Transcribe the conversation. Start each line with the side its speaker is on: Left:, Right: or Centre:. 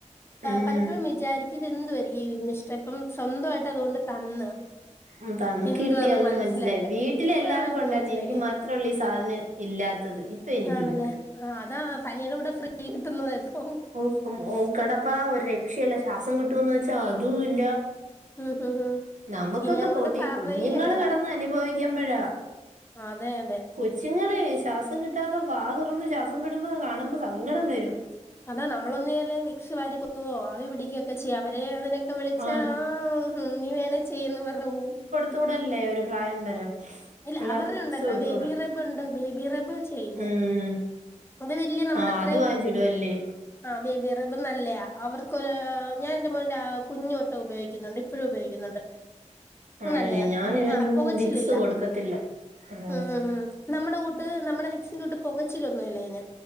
Right: ഉം
Left: പലപ്പോഴും വിചാരിക്കു ഇതെന്തുവായിരി വിമ്മിഷ്ടെപ്പം സ്വന്തായിട്ട് അതോണ്ട് തന്ന്
Right: ഉംത്തം
Left: എന്തുവാന്ന്
Right: കിട്ടി അതോണ്ട്
Left: മനസ്സിലാക്കാൻ
Right: മനസ്സിലായി വീട്ടിലെല്ലാർക്കുംണ്ടന്നെ
Left: ആ ഇപ്പൊ മനസ്സിലായി
Right: എനിക്ക് മാത്രേള്ളൂ ഈ സാധനം ഇല്ലാത്തത് എനിക്കും
Left: ആണല്ലേ
Right: ഉണ്ട്
Left: ആ അതാ പനിയുടെ കൂടെ ഫ്രീ കിട്ടുന്ന തപ്പം
Right: ഓഹ്‌ മൂ കടപ്പ ഒരു രക്ഷയല്ല ശ്വാസം കിട്ടുന്ന് വെച്ചാ അതും ഇല്ല
Left: ഉം ഉം ഉം
Right: നമുക്കൊക്കെ
Left: ഇനി അങ്ങോട്ട്
Right: പോട്ടെ
Left: പറയേ
Right: ഈ കുഞ്ഞുങ്ങള്
Left: വേണ്ട
Right: കെടന്ന് അനുഭവികുമ്പഴാ
Left: അതെ അതെ
Right: കൊച്ചുങ്ങളെ ശ്വാസം കിട്ടാതെ വാ തുറന്ന് ശ്വാസം വിടുമ്പോ കാണുമ്പോ സങ്കടം വരും
Left: അതാ നമ്മളൊന്നല്ലേ വിക്സ് വാരി പൊത്തുവോ ആവി പിടിക്കുകൊക്കെ ചെയ്യ അവ ഏഹ്‌ അതിനൊക്കെ വിളിച്ചാ
Right: ആഹ്
Left: ആഹും നീ വേണ ചെയ്യന്ന് പറഞ്ഞ പോം
Right: ട്തുടല്ലേ ഒരു പ്രായം വരെ
Left: ഇല്ല
Right: പിള്ളേർക്ക്
Left: അവറ്ണ്ടല്ലോ
Right: വിക്സ് കൊടുത്തൂടാ
Left: ബേബി റബ്ണ്ട് ബേബി റബ് ചെയ്യും ഞാൻ
Right: ഉം
Left: അത് വെല്ല്യ നമ്മുടെത്രയും
Right: ആഹ് അത് വാങ്ങിച്ചിടുവല്ലേ
Left: ആ ബേബിറബ് നല്ലയാ അവർക്കൊരു ഞാന്റെ മോന്റെ കുഞ്ഞോട്ട് ഉപയോഗിക്കുന്നുണ്ട് ഇപ്പഴും ഉപയോഗിക്കുന്നുണ്ട് അത്
Right: ആണല്ലേ
Left: നല്ലയാ
Right: ഞാൻ ഇവന്
Left: ആഹ്‌ പുകച്ചിലില്ല
Right: വിക്സ് കൊടുക്കത്തില്ല ആഹ്
Left: ഉംഹ്‌ ഉംഹ്‌ ഉംഹ്‌ നമ്മുടെ കൂട്ട് നമ്മുടെ വിക്സിന്റെ കൂട്ട് പൊകച്ചിലൊന്നുല്ലയിന്